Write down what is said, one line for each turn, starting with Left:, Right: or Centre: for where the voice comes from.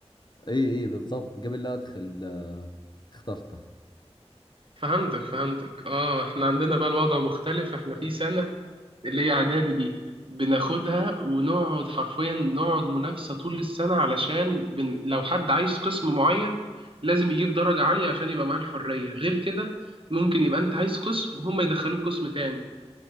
Left: اي اي بالضبط قبل لا ادخل آه، اخترته
Right: فهمتك فهمتك اه احنا عندنا بقى الوضع مختلف احنا في سنة اللي هي اعدادي دي بناخدها ونقعد حرفيا نقعد منافسة طول السنة علشان بن... لو حد عايز قسم معين لازم يجيب درجة عالية عشان يبقى معاه الحرية غير كده ممكن يبقى انت عايز قسم وهم يدخلوك قسم تاني